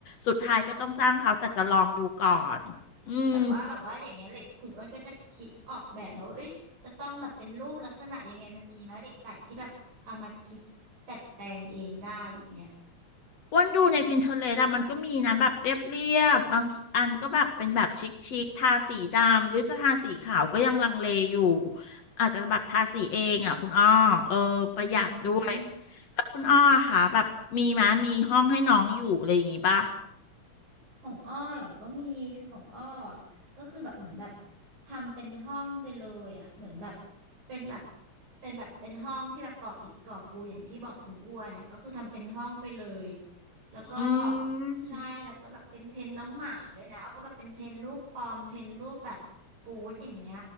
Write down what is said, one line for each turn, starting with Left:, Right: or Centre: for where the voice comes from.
Left: สุดท้ายก็ต้องจ้างเขาแต่จะลองดูก่อนอืม
Right: แบบว่าแบบว่าอย่างเงี้ยเหล็กคุณอ้วนก็จะคิดออกแบบมาว่าเอ้ยจะต้องแบบเป็นรูปลักษณะยังไงมันมีไหมเหล็กดัดที่แบบเอามาคิดดัดแปลงเองได้อย่างเงี้ย
Left: อ้วนดูใน Pinterest อะมันก็มีนะแบบเรียบเรียบบางทีอันก็แบบเป็นแบบชิคชิคทาสีดำหรือจะทาสีขาวก็ยังลังเลอยู่อาจจะแบบทาสีเองอ่ะคุณอ้อเออประหยัดด้วย
Right: อืม
Left: แล้วคุณอ้อค่ะแบบมีมะมีห้องให้น้องอยู่อะไรอย่างงี้ป่ะ
Right: ของอ้อเหรอก็มีคือของอ้ออะก็คือแบบเหมือนแบบทำเป็นห้องไปเลยอ่ะเหมือนแบบเป็นแบบเป็นแบบเป็นห้องที่แบบก่ออิฐก่อปูนอย่างที่บอกคุณอ้วนนะก็คือทำเป็นห้องไปเลยแล้วก็
Left: อืม
Right: ใช่แล้วก็แบบเป็นเพนน้องหมาด้วยนะอ้อก็แบบเป็นเพนรูปปอมเพนรูปแบบกู๊ดอย่างเงี้ย